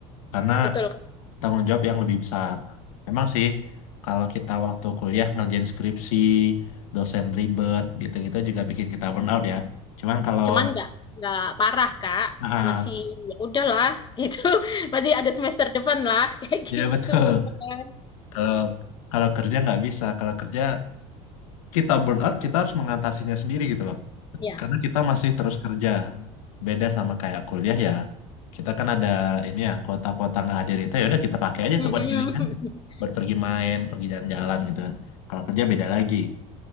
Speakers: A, on the left; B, on the left.
A: Karena
B: betul.
A: tanggung jawab yang lebih besar. Memang sih, kalau kita waktu kuliah ngerjain skripsi, dosen ribet, gitu-gitu juga bikin kita burn out ya. Cuman kalau
B: cuman nggak nggak parah kak
A: ah,
B: masih ya udahlah gitu <laughs> masih ada semester depan lah <laughs> kayak gitu
A: ya betul. <laughs>
B: ya kan
A: Kalau kalau kerja nggak bisa. Kalau kerja kita burn out, kita harus mengatasinya sendiri gitu loh.
B: ya
A: Karena kita masih terus kerja. Beda sama kayak kuliah ya. Kita kan ada ini ya kuota-kuota nggak hadir itu ya udah kita pakai aja
B: <laughs>
A: tuh buat healing kan. Buat pergi main, pergi jalan-jalan gitu kan. Kalau kerja beda lagi